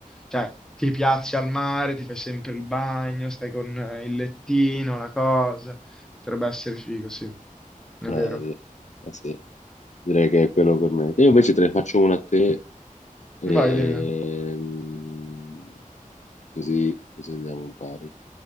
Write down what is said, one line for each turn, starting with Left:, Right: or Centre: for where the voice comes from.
Centre: cioè ti piazzi al mare, ti fai sempre il bagno, stai con eh, il lettino, la cosa. Potrebbe essere figo, sì, è
Left: Eh,
Centre: vero.
Left: di- eh sì, direi che è quello per me. Io invece te ne faccio una a te, ehm,
Centre: Vai, dimmi.
Left: così, così andiamo un pari.